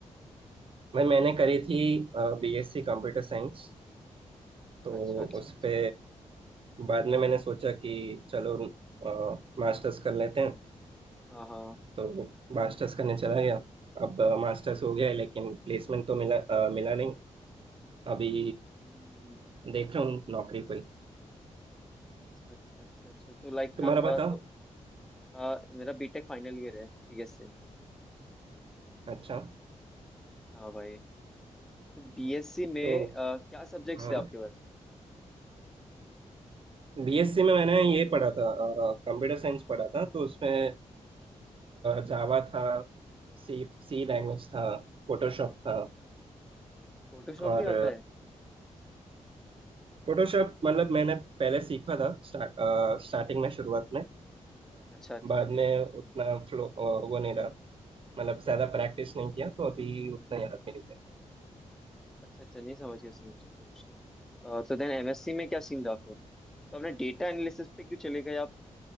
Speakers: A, on the right; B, in the centre.
A: मैं मैंने करी थी बीएससी कंप्यूटर साइंस तो
B: अच्छा अच्छा
A: उस
B: अच्छा
A: पे बाद में मैंने सोचा कि चलो मास्टर्स कर लेते हैं
B: हाँ हाँ
A: तो मास्टर्स करने चला गया अब मास्टर्स हो गया है, लेकिन प्लेसमेंट तो मिला अ, मिला नहीं अभी
B: हम्म,
A: देख रहा हूँ नौकरी पर
B: अच्छा अच्छा अच्छा अच्छा तो लाइक
A: तुम्हारा
B: तो
A: बताओ
B: अ, मेरा बीटेक फाइनल ईयर है सीएस से
A: अच्छा
B: हाँ भाई तो बीएससी में
A: तो
B: अ, क्या सब्जेक्ट्स
A: हाँ
B: थे आपके पास
A: बीएससी में मैंने ये पढ़ा था कंप्यूटर साइंस पढ़ा था तो उसमें जावा था सी सी लैंग्वेज था फोटोशॉप था
B: फोटोशॉप
A: और
B: भी आता है
A: फोटोशॉप मतलब मैंने पहले सीखा था स्टार्ट स्टार्टिंग में शुरुआत में अ,
B: अच्छा अच्छा
A: बाद में उतना फ्लो अ, वो नहीं रहा मतलब ज्यादा प्रैक्टिस नहीं किया तो अभी उतना याद भी नहीं
B: अच्छा अच्छा नहीं समझ गया समझ गया समझ गया तो देन एमएससी में क्या सीन था फिर तो आपने डेटा एनालिसिस पे क्यों चले गए आप